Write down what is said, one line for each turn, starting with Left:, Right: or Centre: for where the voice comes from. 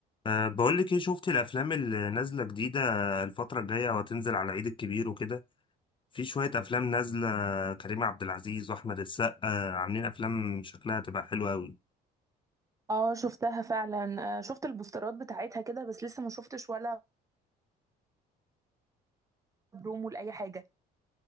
Left: أه بقول لك ايه شفت الافلام اللي نازله جديده الفتره الجايه وهتنزل على العيد الكبير وكده في شويه افلام نازله كريم عبد العزيز واحمد السقا عاملين افلام شكلها تبقى حلوه قوي
Right: اه شفتها فعلا آه، شفت البوسترات بتاعتها كده بس لسه ما شفتش ولا برومو لاي حاجه